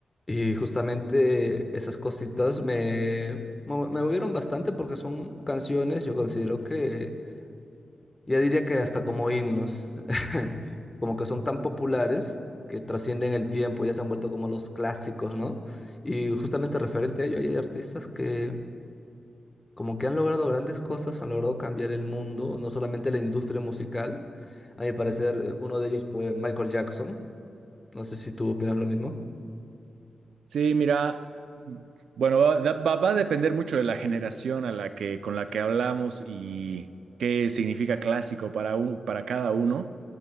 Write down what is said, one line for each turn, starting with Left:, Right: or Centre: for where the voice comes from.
Left: Y justamente esas cositas me, mo- me movieron bastante porque son canciones, yo considero que, ya diría que hasta como himnos, <laughs> como que son tan populares que trascienden el tiempo, ya se han vuelto como los clásicos, ¿no? Y justamente referente a ello, hay artistas que como que han logrado grandes cosas, han logrado cambiar el mundo, no solamente la industria musical. A mi parecer, uno de ellos fue Michael Jackson. No sé si tú opinas lo mismo.
Right: Sí, mira, bueno, va, da- va- va a depender mucho de la generación a la que, con la que hablamos y qué significa clásico para, un- para cada uno